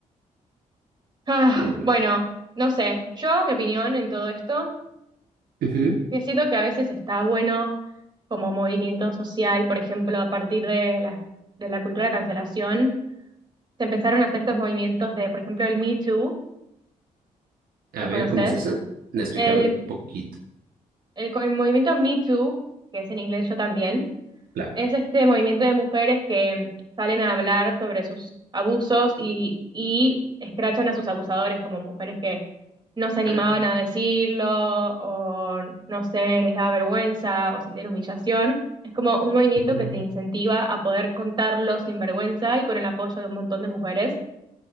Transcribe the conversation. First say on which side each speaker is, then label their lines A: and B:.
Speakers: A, on the right (about 30°); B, on the right (about 75°).
A: Ah,
B: Sí, pues.
A: bueno, no sé, yo mi opinión en todo esto.
B: Ujú.
A: Que siento que a veces está bueno como movimiento social, por ejemplo, a partir de la, de la cultura de cancelación, se empezaron a hacer estos movimientos de, por ejemplo, el Me Too,
B: A
A: ¿lo
B: ver,
A: conoces?
B: ¿cómo es esa? No, Explícame
A: El,
B: un poquito.
A: el, co- el movimiento Me Too, que es en inglés yo también,
B: Claro.
A: Es este movimiento de mujeres que salen a hablar sobre sus abusos y, y escrachan a sus abusadores como mujeres que no se animaban
B: Ah,
A: a decirlo o no sé, les daba vergüenza o sentían humillación. Es como un movimiento
B: ujú,
A: que te incentiva a poder contarlo sin vergüenza y con el apoyo de un montón de mujeres.